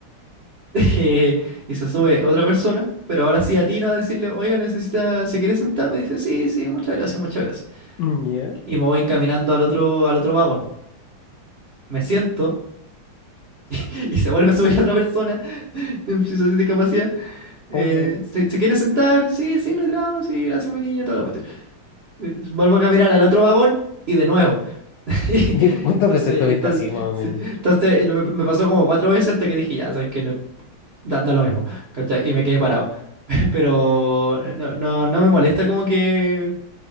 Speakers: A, on the right (about 55°); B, on the left (about 75°).
A: <laughs> eh, y se sube otra persona, pero ahora sí atino a decirle, oiga, necesita, ¿se quiere sentar? Me dice, sí, sí, muchas gracias, muchas gracias.
B: Mm, Ya.
A: Y me voy caminando al otro, al otro vagón. Me siento <laughs> y se vuelve a subir otra persona en situación de discapacidad. Eh,
B: Oh.
A: ¿se, se quiere sentar? Sí, sí, no hay drama, sí, gracias, mi niño, toda la cuestión. Eh, Vuelvo a caminar al otro vagón y de nuevo. <laughs>
B: <laughs> ¿Cuántas
A: Entonces,
B: veces estuviste
A: entonces,
B: así, más o
A: sí,
B: menos?
A: entonces eh, me, me pasó como cuatro veces hasta que dije, ya, ¿sabes qué? No, da, da lo mismo, ¿cachai? Y me quedé parado. <laughs> Pero eh, no, no, no me molesta como que